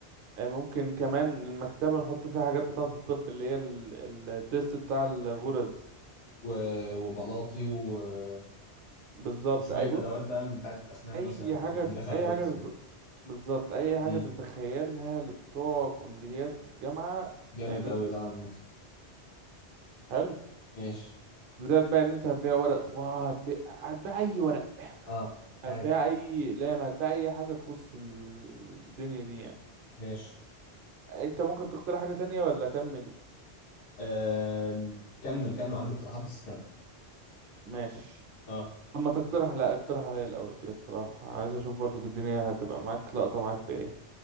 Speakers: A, on the right; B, on the left.
A: آه، ممكن كمان المكتبة نحط فيها حاجات بتاعة الطب اللي هي ال- التيست بتاع الغرز
B: و... وبلاطي و...
A: بالظبط
B: وشويه
A: أي بص
B: ادوات بقى بتاعت اسنان
A: أي
B: مثلا
A: حاجة
B: ممكن دخل
A: أي
B: ادوات
A: حاجة
B: اسنان
A: تت- بالظبط أي حاجة
B: امم
A: تتخيلها لبتوع كليات في الجامعة
B: جامد
A: اعملها
B: قوي ده عامه
A: حلو
B: ماشي
A: زائد بقى ان انت هتبيع ورق طباعة هتبيع هتبيع اي ورق
B: اه
A: هتبيع
B: حلو
A: اي اقلام هتبيع اي حاجة تخص ال- الدنيا دي يعني
B: ماشي
A: انت ممكن تقترح حاجة تانية ولا اكمل
B: آم، كمل كمل عندي اقتراحات بس كمل
A: ماشي
B: اه
A: لما تقترح لا اقترح عليا الاول كده اقتراح عايز اشوف برضك الدنيا هتبقى معاك لقطة معاك بايه